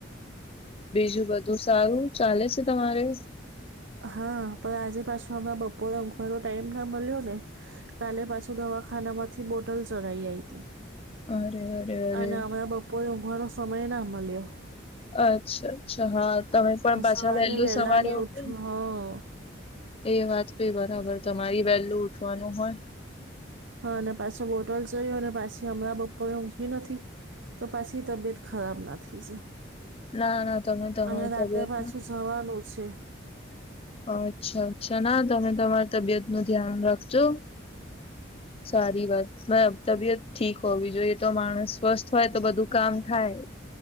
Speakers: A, on the left (about 30°); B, on the right (about 70°).
A: બીજું બધું સારું ચાલે છે તમારે
B: હા પણ આજે પાછું હમણા બપોરે ઊંઘવાનો ટાઈમ ના મળ્યો ને કાલે પાછું દવાખાના માંથી બોટલ ચઢઈ આવી હતી
A: અરે અરે અરે
B: અને હમણાં બપો પોણ ઊંઘવાનો સમય ના મલયો
A: અચ્છા અચ્છા હા તમે પણ પાછા
B: સવારની
A: વહેલું
B: વહેલા
A: સવારે
B: ને ઉઠ
A: ઉઠ્યું
B: હા
A: એ વાત પે બરાબર તમારી વહેલું ઉઠવાનું હોય
B: હ અને પાછો બોટલ જય અને પાછી હમણાં બપોરે ઊંધી નથી તો પછી તબિયત ખરાબ ના થઈ જાય
A: ના ના તમે તમારી
B: અને રાત્રે
A: તબિયત
B: પાછું જવાનું છે.
A: અચ્છા અચ્છા ના તમે તમારી તબિયતનું ધ્યાન રાખજો હ <inaudible> સારી વાત તબિયત ઠીક હોવી જોઈએ તો માણસ સ્વસ્થ હોય તો બધું કામ થાય